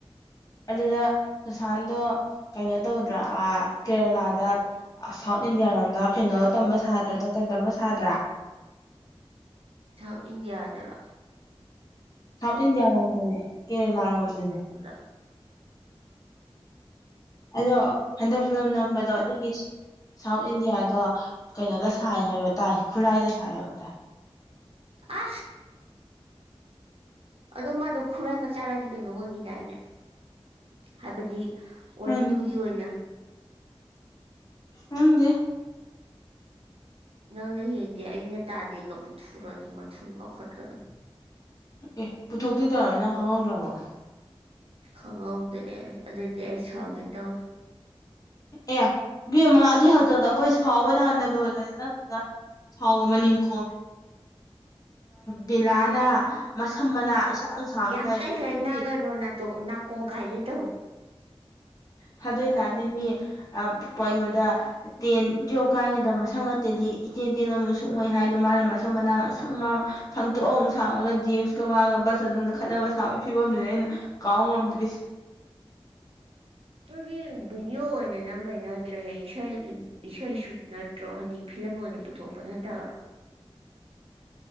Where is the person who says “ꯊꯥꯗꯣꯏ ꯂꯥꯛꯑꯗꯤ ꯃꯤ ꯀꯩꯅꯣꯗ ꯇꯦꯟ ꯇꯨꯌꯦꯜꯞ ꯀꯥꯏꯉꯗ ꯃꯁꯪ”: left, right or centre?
Left